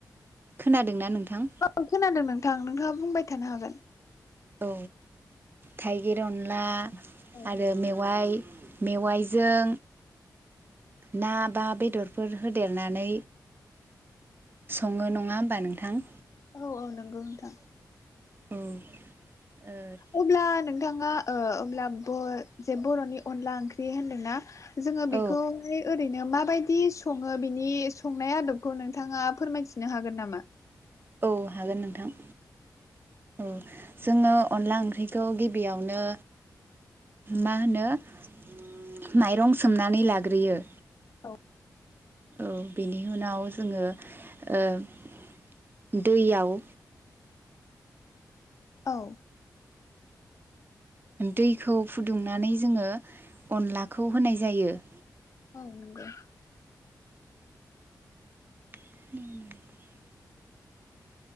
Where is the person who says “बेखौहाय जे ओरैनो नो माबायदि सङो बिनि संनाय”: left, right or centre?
Left